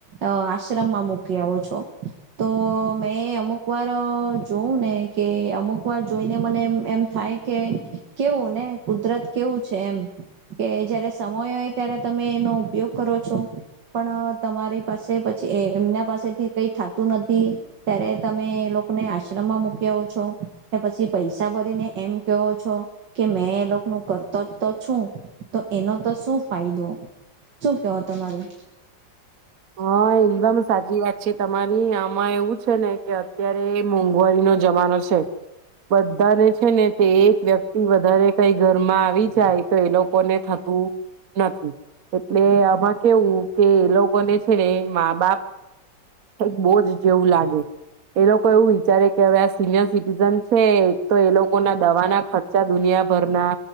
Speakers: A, on the right; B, on the right.
A: આશ્રમમાં મૂકી આવો છો, તો મેં અમુક વાર જોવું ને કે અમુક વાર જોઈને મને એમ થાય કે કેવું ને કુદરત કેવું છે એમ, કે જયારે સમય હોય ત્યારે તમે એનો ઉપયોગ કરો છો, પણ તમારી પાસે પછી એમના પાસેથી કઈ થતું નથી, ત્યારે તમે એ લોકોને આશ્રમમાં મૂક આવ છો કે પછી પૈસા ભરીને એમ કેવો છો કે મેં એ લોકોનું કરતો જ તો છું, તો એનો તો શું ફાયદો શું કેવો તમારું?
B: હા, એકદમ સાચી વાત છે, તમારી એમાં એવું છે ને કે અત્યારે મોંઘવારીનો જમાનો છે. બધાને છે ને તે એક વ્યક્તિ વધારે કઈ ઘરમાં આવી જાય તો એ લોકોને થતું નથી, એટલે આમાં કેવું કે એ લોકોને ને મા બાપ એક બોજ જેવું લાગે, એ લોકો એવું વિચારે કે હવે આ સિનિયર સિટીઝન છે તો એ લોકો ના દવાના ખર્ચા દુનિયાભરના,